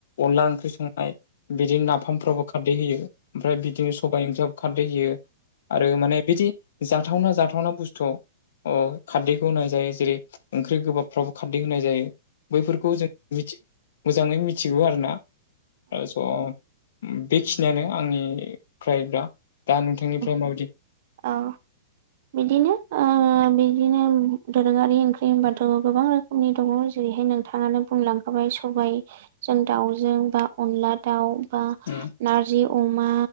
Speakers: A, on the left; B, on the right.
A: अनला ओंख्रि संनाय बिदिनो नाफामफ्रावो खारदै होयो ओमफ्राय बिदिनो सबायाइ ओंख्रियाव खारदै होयो आरो माने बिदि जाथावना जाथावना बुस्थुआव अ खारदैखौ होनाय जायो जेरै ओंख्रि गोबाबफ्रावबो खारदै होनाय जायो। बैफोरखौ जों मिथि मोजाङै मिथिगौ आरोना। स' ओ बेखिनियानो आंनिफ्राय दा। दा नोंथांनिफ्राय
B: औ
A: माबायदि
B: औ बिदिनो ओ बिदिनो दोरोङारि ओंख्रि होनबाथ' गोबां रोखोमनि दं। जेरैहाय नोंथाङानो बुंलांखाबाय सबायजों दाउजों बा अनला दाउ बा
A: <unintelligible>
B: नारजि अमा